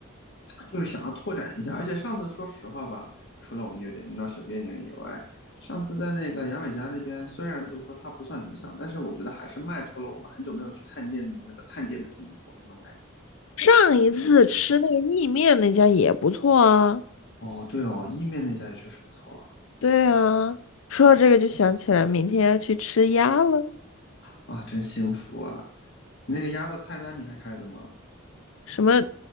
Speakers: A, on the left; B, on the left.
A: 就是想要拓展一下。而且上次说实话吧，除了我们有点闹小别扭以外，上次在那个牙买加那边，虽然就是说它不算理想，但是我觉得还是迈出了我们很久没有去探店的那个探店的第一步那种感觉。
B: 上一次吃那个意面那家也不错啊。
A: 哦，对哦，意面那家也确实不错
B: 对啊，说到这个就想起来，明天要去吃鸭了。
A: 啊，啊，真幸福啊！那个鸭的菜单你还开着吗？
B: 什么？